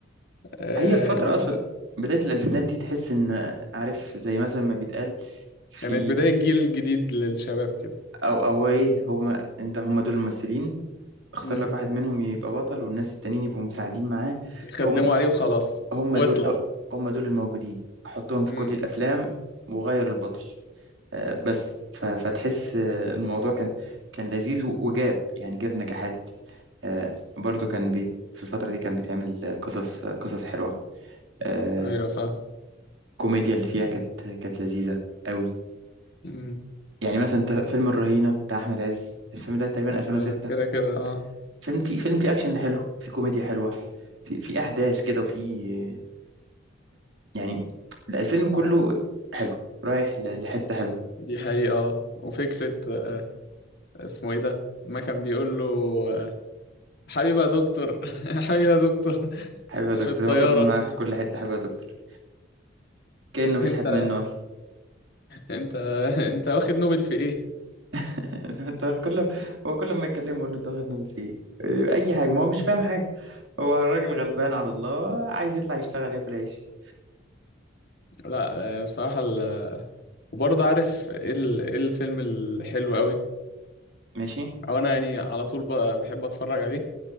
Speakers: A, on the left (about 55°); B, on the right (about 80°).
A: آه
B: هي الفترة
A: بز...
B: أصلا بداية الألفينات دي تحس إن عارف زي مثلا ما بيتقال في
A: كانت بداية جيل جديد للشباب كده
B: أو أو إيه هما أنت هما دول الممثلين اختار
A: مم.
B: لك واحد منهم يبقى بطل والناس التانيين يبقوا مساعدين معاه
A: يخدموا
B: هم
A: عليه وخلاص
B: هما
A: واطلع
B: دول هما دول الموجودين حطهم في
A: امم
B: كل الأفلام وغير البطل آه، بس ف- فتحس آه، الموضوع كان كان لذيذ و- وجاب يعني جاب نجاحات آه، برضو كان بيت في الفترة دي كان بيتعمل آه، قصص آه، قصص حلوة آه،
A: ايوه فاهم
B: الكوميديا اللي فيها كانت كانت لذيذة قوي
A: امم
B: يعني مثلا انت فيلم الرهينة بتاع أحمد عز الفيلم ده تقريبا
A: ده
B: 2006
A: ده كده كده اه
B: فيلم فيه فيلم فيه أكشن حلو فيه كوميديا حلوة في في أحداث كده وفي آه، يعني الفيلم كله حلو رايح ل- لحتة حلوة
A: دي حقيقة اه وفكرة آه، اسمه ايه ده ما كان بيقول له آه، حبيبي يا دكتور <laughs> حبيبي يا دكتور <laughs>
B: حبيبي يا
A: في
B: دكتور
A: الطيارة
B: هو فضل معاه في كل حتة حبيبي يا دكتور كأنه بيشحت
A: انت
B: منه أصلا
A: انت انت واخد نوبل في ايه
B: <laughs> انت كل هو كل ما يكلمه يقول له انت واخد نوبل في ايه إيه، اي حاجه ما هو مش فاهم حاجه هو الراجل غلبان على الله عايز يطلع يشتغل ياكل عيش
A: لا آه، بصراحة ال... وبرضه عارف ايه ال... ايه الفيلم الحلو قوي
B: ماشي
A: او انا يعني على طول ب... بحب اتفرج عليه